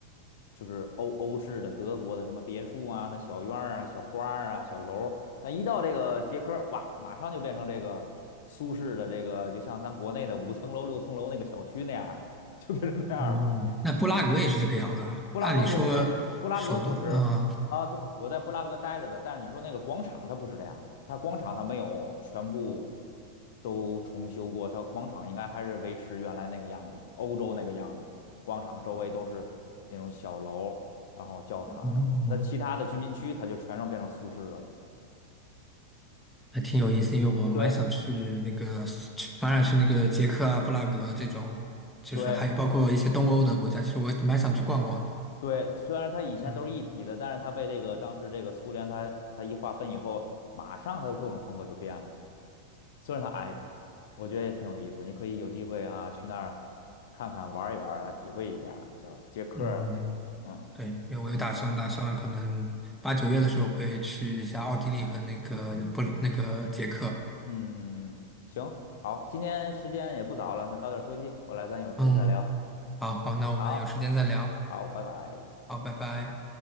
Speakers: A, on the left (about 55°); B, in the centre.
A: 就是欧欧式的德国的什么别墅啊，那小院儿啊、小花儿啊、小楼儿，但一到这个捷克，哇，马上就变成这个苏式的这个，就像咱国内的五层楼、六层楼那个小区那样儿的，就变成那样儿的
B: 哦，那布拉格也是这个样子啊？
A: 布拉格不吃，
B: 按理说首都，
A: 布拉格不吃啊。
B: 啊、
A: 对，我在布拉格待着的，但是你说那个广场它不是这样的，它广场它没有全部都重修过，它广场应该还是维持原来那个样子，欧洲那个样子。广场周围都是那种小楼，然后教堂什么的。
B: 哦
A: 但其他的居民区它就全让变成苏式的了。
B: 还挺有意思，因为我蛮想去那个，
A: 啊，对
B: 去反而去那个捷克啊、布拉格这种，就是还有包括一些东欧的国家，
A: 对
B: 其实我蛮想去逛逛的。
A: 对，虽然它以前都是一体的，
B: 嗯
A: 但是它被这个当时这个苏联它它一划分以后，马上它的各种风格就变了。虽然它挨着，我觉得也挺有意思。你可以有机会啊，去那儿看看、玩一玩啊，体会一下，叫接客儿啊那种。
B: 嗯，
A: 嗯
B: 对，因为我有打算，打算可能八九月的时候会去一下奥地利和那个不那个捷克。
A: 嗯嗯嗯，行，好，今天时间也不早了，那早点休息，回来咱有时间再聊。
B: 嗯，好好，那我们有时间再聊。
A: 好，好，拜拜。
B: 好，拜拜。